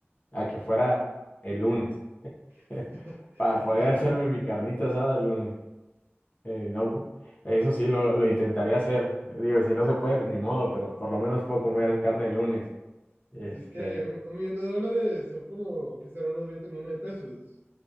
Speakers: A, on the left (about 35°); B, on the right (about 60°).
A: a que fuera el lunes
B: <laughs>
A: <laughs> para poder
B: Ah,
A: hacerme mi carnita asada el lunes. Eh, no, eso sí lo, lo intentaría hacer. Digo, si no se puede, pues ni modo, pero por lo menos puedo comer carne el lunes. Este,
B: pues es que un, un millón de dólares son como, que será? Unos 20 millones de pesos.